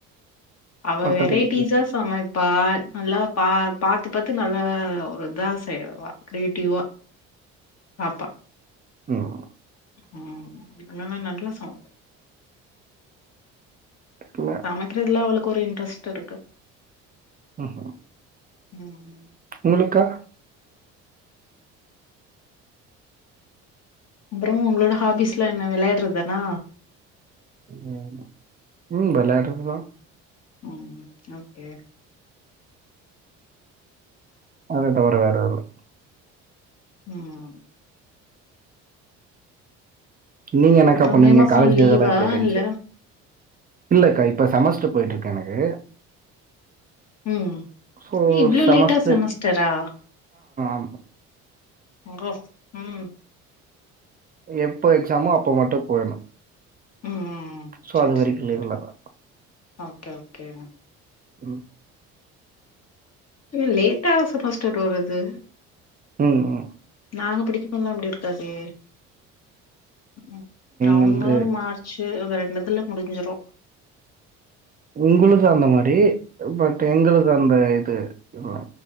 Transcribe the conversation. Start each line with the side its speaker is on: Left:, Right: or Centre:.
Left: அவ
Right: மத்தபடிக்கு
Left: வெரைட்டிஸா சமைப்பா நல்லா பா பாத்து பாத்து நல்லா ஒரு இதா செய்வா க்ரியேட்டிவ்வா பாப்பா
Right: உம்
Left: உம் அதனால நல்ல சமப்
Right: இல்ல.
Left: சமைக்கிறதுல அவளளுக்கு ஒரு ட்ரெஸ்ட் இருக்கு
Right: ம்ம்
Left: உம்
Right: உங்களுக்கா
Left: அப்புறோ உங்களோட ஹாபீஸ்ல என்ன விளையாடுறதுதானா
Right: உம் உம் வெளாட்றதுதா
Left: உம் ஏ
Right: அது தவற வேறதுல்ல
Left: உம்
Right: நீங்க என்னக்கா
Left: அப்புறோ
Right: பண்ணுவீங்க
Left: மே மாசோ
Right: காலேஜ்
Left: லீவா
Right: டேஸ் எல்லா எப்டி இருந்துச்சு
Left: இல்ல
Right: இல்லக்கா இப்போ செமஸ்டர் போய்ட்டு இருக்கு எனக்கு
Left: உம்
Right: சோ
Left: இவ்ளோ
Right: செமஸ்டர்
Left: லேட்டா செமஸ்டரா
Right: ஆ
Left: ர உம்
Right: ஏ ப்போ எக்ஸாமோ அப்ப மட்டு போயணு
Left: ம்
Right: சோ
Left: சேரி
Right: அது வரைக்கு
Left: சேரி
Right: லீவ்ல
Left: சேரி
Right: தா
Left: ஓகே ஓகே
Right: உம்
Left: உம் லேட்டா செமஸ்டர் வருது
Right: உம் உம்
Left: நாங்க படிக்கப்போதா அப்டி இருக்காதே ம் நவம்பர்
Right: எங்களது
Left: மார்ச் வே ரண்டுதுல முடிஞ்சிரும்
Right: உங்களு சார்ந்த மாரி பட் எங்களுக்கு அந்த இது ஆ